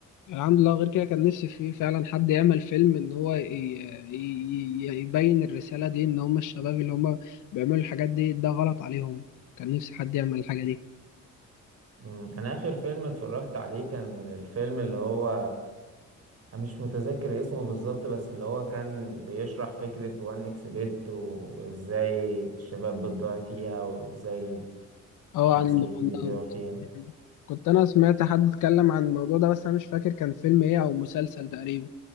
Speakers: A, on the left; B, on the right.
A: الحمد لله غير كده كان نفسي في فعلا حد يعمل فيلم ان هو ي- ي- ي- يبين الرسالة دي ان هم الشباب اللي هم بيعملوا الحاجات دي ده غلط عليهم كان نفسي حد يعمل الحاجة دي
B: مم. انا اخر فيلم اتفرجت عليه كان الفيلم اللي هو أنا مش متذكر اسمه بالظبط بس اللي هو كان بيشرح فكرة وان اكس بيت وازاي الشباب بتضيع فيها وازاي
A: اه
B: المصريين
A: عن المراهنات
B: بيبيعوا فيها
A: كنت انا سمعت حد اتكلم عن الموضوع ده بس انا مش فاكر كان فيلم ايه او مسلسل تقريبا